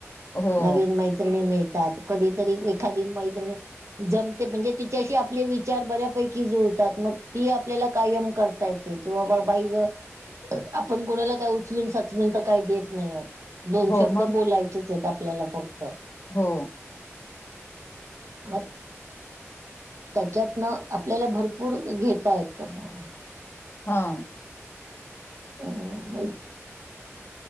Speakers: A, on the left; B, on the right.
A: हो
B: नवीन मी मैत्रिणी मिळतात. कधीतरी एखादी मैत्रीण जमते म्हणजे तिच्याशी आपले विचार विचार बऱ्यापैकी जुळतात. मग ती आपल्याला कायम करता येते किंवा बा बाई ग आपण कोणाला काय उचलून साचलून तर काही देत नाही यात. दोन
A: हो
B: शब्द
A: मग
B: बोलायचेच आहेत आपल्याला फक्त.
A: हो
B: <inaudible> त्याच्यातन आपल्याला भरपूर घेता येत मग
A: हा
B: ह मग